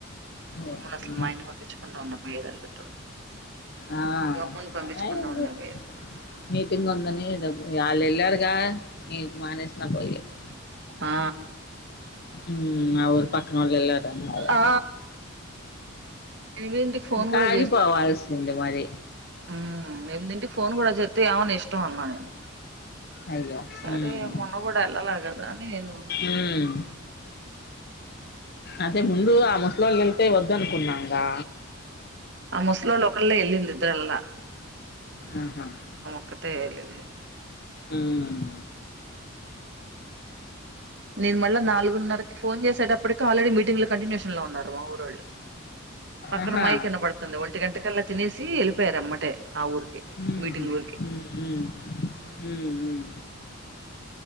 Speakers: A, on the left; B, on the right.
A: ఏమన్నా.
B: అమ్మను అసలు మా ఇంటికి పంపించకుండా ఉన్నా పోయెది అని పిస్తుంది.
A: ఆ,
B: ఇంకా అమ్ముని పంపించకుండా
A: ఏదో
B: ఉన్నా పోయదు
A: మీటింగ్ ఉందని ఎదో వాళ్ళు వెళ్ళారుగా నె మానేసిన పోయెది
B: ఆ
A: ఉ ఉమ్ మా ఊర్ పక్కన వెళ్ళారు అంటగా
B: ఆ ఎనిమిదింటికి ఫోన్
A: కాలిపోవాల్సింది
B: కూడా
A: మరి
B: ఆ ఏదింటికి ఫోన్ కూడా చేత్తె యొమో ని ఇష్టం అన్నా నేను
A: అయ్యో
B: సరె
A: ఉమ్,
B: మొన్న కూడ ఎల్లాగదు ఉన్నె ఏదో
A: ఉమ్. అదే ముందు ఆ ముసలోళ్ళు వెళ్తే వద్దనుకున్నాంగా
B: ఆ ముసలోల్లులో ఒకళ్ళె ఎళ్ళింది ఇద్దరు ఎళ్ళ
A: ఆహ
B: ఒక్కతె వెళ్ళింది.
A: ఉమ్
B: నేను మళ్ళా నాలుగున్నరకి ఫోన్ చేసేటప్పటికి ఆల్రెడీ మీటింగ్ లో కంటిన్యూషన్ లో ఉన్నారు మా ఊరొళ్ళు పక్కన
A: ఆహా
B: మై కిన్న పడుతుంది ఒ ఒంటి గంటకల్లా తినేసి వెళ్ళిపోయారు ఎమ్మటే ఆ ఊరికి
A: ఉమ్,
B: మీటింగ్ ఊరికి
A: ఉమ్, ఉమ్. హ్మ్ హ్మ్